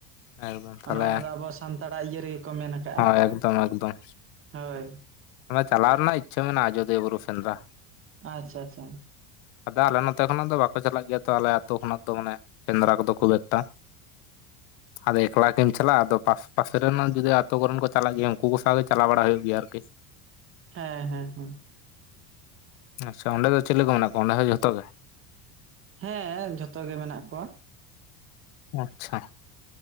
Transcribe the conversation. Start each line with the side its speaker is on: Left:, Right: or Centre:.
Left: ᱮᱠᱫᱚᱢ
Right: ᱢᱟᱱᱮ
Left: ᱛᱟᱦᱚᱞᱮ
Right: ᱚᱱᱟ ᱫᱚ ᱟᱵᱚᱣᱟᱜ ᱥᱟᱱᱛᱟᱲᱟᱜ ᱤᱭᱟᱹ ᱨᱮᱜᱮ ᱠᱚ ᱢᱮᱱ ᱠᱟᱜ-ᱟ᱾
Left: ᱦᱳᱭ ᱮᱠᱫᱚᱢ ᱮᱠᱫᱚᱢ
Right: ᱦᱳᱭ᱾
Left: ᱚᱱᱟ ᱪᱟᱞᱟᱣ ᱨᱮᱱᱟᱜ ᱤᱪᱪᱷᱟᱹ ᱢᱮᱱᱟᱜ-ᱟ ᱟᱡᱚᱫᱤᱭᱟᱹ ᱵᱩᱨᱩ ᱥᱮᱱᱫᱽᱨᱟ᱾
Right: ᱟᱪᱪᱷᱟ ᱟᱪᱪᱷᱟ᱾
Left: ᱟᱫᱚ ᱟᱞᱮ ᱱᱚᱛᱮ ᱠᱷᱚᱱᱟᱜ ᱫᱚ ᱵᱟᱠᱚ ᱪᱟᱞᱟᱜ ᱜᱮᱭᱟ ᱛᱚ ᱟᱞᱮ ᱟᱹᱛᱳ ᱠᱷᱚᱱᱟᱜ ᱫᱚ ᱢᱟᱱᱮ᱾ ᱥᱮᱸᱫᱽᱨᱟ ᱠᱚᱫᱚ ᱠᱷᱩᱵ ᱮᱠᱴᱟ, ᱟᱫᱚ ᱮᱠᱞᱟ ᱜᱮᱢ ᱪᱟᱞᱟᱜ-ᱟ ᱟᱫᱚ ᱯᱟᱥ ᱯᱟᱥᱮ ᱨᱮᱱ ᱦᱚᱸ ᱡᱩᱫᱤ ᱛᱚ ᱵᱚᱨᱚᱱ ᱠᱚ ᱪᱟᱞᱟᱜ ᱜᱮᱭᱟ ᱩᱱᱠᱩ ᱠᱚ ᱥᱟᱶᱛᱮ ᱪᱟᱞᱟᱣ ᱵᱟᱲᱟ ᱦᱩᱭᱩᱜ ᱜᱮᱭᱟ ᱟᱨᱠᱤ᱾
Right: ᱦᱮᱸ ᱦᱮᱸ ᱦᱮᱸ᱾
Left: ᱟᱪᱪᱷᱟ ᱚᱸᱰᱮ ᱫᱚ ᱪᱮᱞᱮ ᱠᱚ ᱢᱮᱱᱟᱜ ᱠᱚᱣᱟ ᱚᱸᱰᱮ ᱦᱚᱸ ᱡᱷᱚᱛᱚ ᱜᱮ?
Right: ᱦᱮᱸ ᱡᱷᱚᱛᱚ ᱜᱮ ᱢᱮᱱᱟᱜ ᱠᱚᱣᱟ᱾
Left: ᱟᱪᱪᱷᱟ,